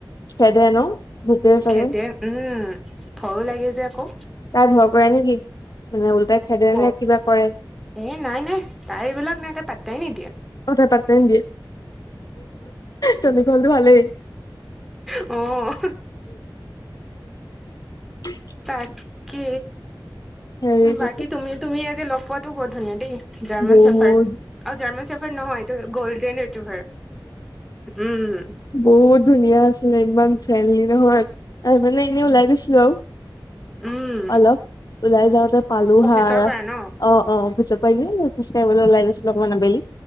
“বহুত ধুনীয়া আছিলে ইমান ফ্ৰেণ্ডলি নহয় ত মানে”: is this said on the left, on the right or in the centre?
Left